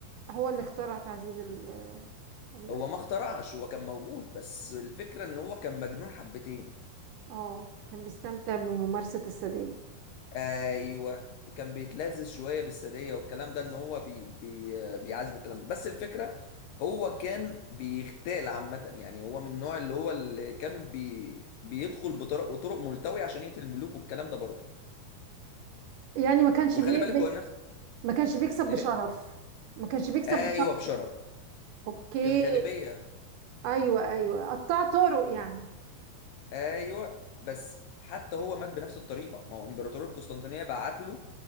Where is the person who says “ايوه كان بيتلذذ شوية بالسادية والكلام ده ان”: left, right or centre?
Left